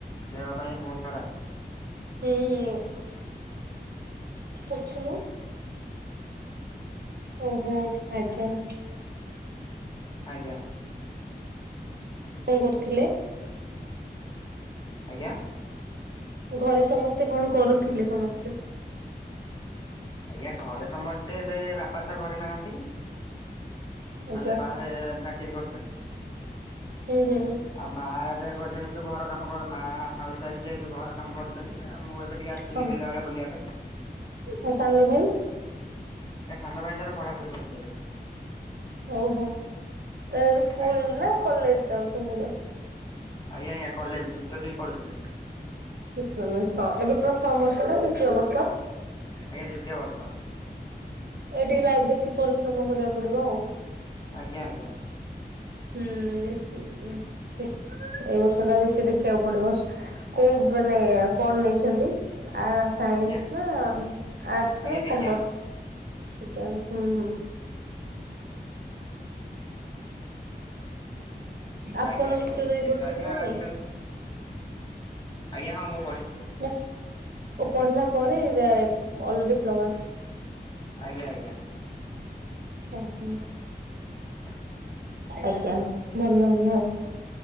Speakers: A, on the left; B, on the right.
A: ଦେହ ପାଇଁ ବହୁତ ଖରାପ।
B: ହୁଁ <inaudible> ପୁଛୁନୁ। ଓ ହୋ ଆଜ୍ଞା।
A: ଆଜ୍ଞା।
B: କ କରୁଥିଲେ?
A: ଆଜ୍ଞା।
B: ଘରେ ସମସ୍ତେ କଣ କରୁଥିଲେ ସମସ୍ତେ।
A: ଆଜ୍ଞା ଘରେ ସମସ୍ତେ ଏବେ ବାପା ତ ଘରେ ନାହାନ୍ତି।
B: ଆଜ୍ଞା
A: ମାଲେ ବାହାରେ ଚାକିରୀ କରିଛନ୍ତି।
B: ହୁଁ ହୁଁ।
A: ଆଉ ମା ଏବେ ଘ ଯେହେତୁ ଘର କାମ କ ମା ହାଉସ ୱାଇଫ ଯେହେତୁ ଘର କାମ କରୁଛନ୍ତି ଆ ମୁଁ ଏବେ ଟିକେ ଆସିି ଥିଲି
B: ହଁ
A: ବିଲାଆଡେ ବୁଲିବା ପାଇଁ।
B: <unintelligible> ସାନ ଭାଇ।
A: ଏ ସାନ ଭାଇ ତାର ପଢାପଢି କରୁଛି ଏବେ।
B: ହଉ ହୋଉ ତ ଏବେ ସ୍କୁଲ
A: ଆଜ୍ଞା
B: ନା କଲେଜ ଯାଉଛନ୍ତି ଏବେ।
A: ଆଜ୍ଞା ଆଜ୍ଞା କଲେଜ ଯୁକ୍ତଦୁଇ ପଢୁଛି।
B: <inaudible> ହଁ ଏବେ ପ୍ରଥମ ବର୍ଷ ନା ଦ୍ୱିତୀୟ ବର୍ଷ।
A: ଆଜ୍ଞା ଦ୍ଵିତୀୟ ବର୍ଷ।
B: ଏ ଟିକେ ଲାଇଫ ରେ ବେଶୀ ପରିଶ୍ରମ କରିବାକୁ ପଡିବ ଆଉ।
A: ଆଜ୍ଞା ଆଜ୍ଞା।
B: ହୁଁ ଏଇ ବର୍ଷ ଟା ବେଶୀ ଦେଖିବାକୁ ପଡିବ। କୋଉ ମାନେ କଣ ନେଇଛନ୍ତି ଆ ସାଇନ୍ସ
A: ଆଜ୍ଞା
B: ନା ଆର୍ଟସ
A: ଆଜ୍ଞା
B: ନା
A: ବିଜ୍ଞାନ
B: କମର୍ସ ଆଜ୍ଞା ହୁଁ ହୁଁ। ଆପଣ
A: ଆଜ୍ଞା ଆଜ୍ଞା
B: ଯୁକ୍ତଦୁଇ
A: ସେଇତ
B: ପଢ଼ୁଚନ୍ତି
A: ଆଜ୍ଞା
B: ନା
A: ଆଜିକାଲି
B: ନାଇଁ?
A: ଆଜ୍ଞା ହଁ ମୁଁ ପଢ଼ିଚି।
B: ନା ମୁଁ ପଢିଲା ପରେ ଅଲ ଡିପ୍ଲୋମା।
A: ଆଜ୍ଞା ଆଜ୍ଞା।
B: ଓ ହୁଁ।
A: <unintelligible>
B: ଆଜ୍ଞା ଭଲ ହେଲା ଆଉ।